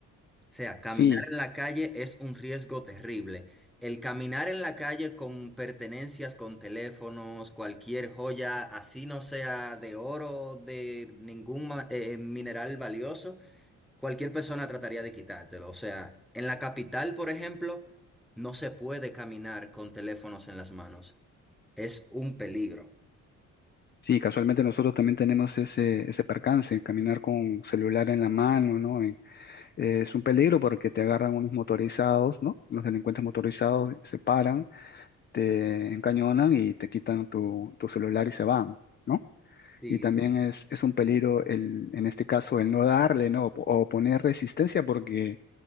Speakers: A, in the centre; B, on the left (about 35°).
A: O sea, caminar
B: Sí,
A: en la calle es un riesgo terrible. El caminar en la calle con pertenencias, con teléfonos, cualquier joya, así no sea de oro, de ningún ma- eh, mineral valioso, cualquier persona trataría de quitártelo. O sea, en la capital, por ejemplo, no se puede caminar con teléfonos en las manos. Es un peligro.
B: sí, casualmente nosotros también tenemos ese, ese percance, caminar con celular en la mano, ¿no? En- eh, es un peligro porque te agarran unos motorizados, ¿no? Los delincuentes motorizados se paran, te encañonan y te quitan tu, tu celular y se van. ¿no?
A: Sí,
B: Y también
A: sí,
B: es, es un peligro el, en este caso el no darle, ¿no? O, po- o poner resistencia, porque